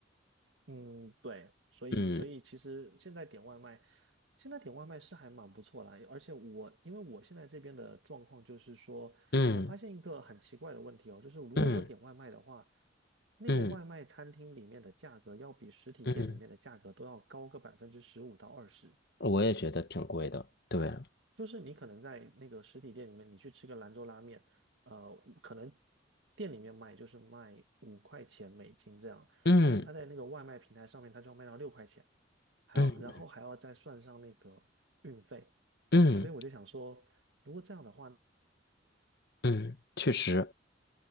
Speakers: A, on the right; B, on the left.
A: 嗯，对，所以所以其实现在点外卖，
B: 嗯
A: 现在点外卖是还蛮不错啦。而且我因为我现在这边的状况就是说，
B: 嗯
A: 我发现一个很奇怪的问题哦，就是如果我点外卖的话，
B: 嗯
A: 那个外卖餐厅里面的价格要比实体店里面的价格都要高个百分之十五到二十。
B: 嗯嗯，我也觉得挺贵的，对，
A: 就是你可能在那个实体店里面，你去吃个兰州拉面，呃，可能店里面卖就是卖五块钱美金这样，
B: 嗯
A: 但是他在那个外卖平台上面，他就要卖到六块钱。还要然后还要再算上那个运费，
B: 嗯嗯
A: 所以我就想说，如果这样的话，
B: 嗯，确实，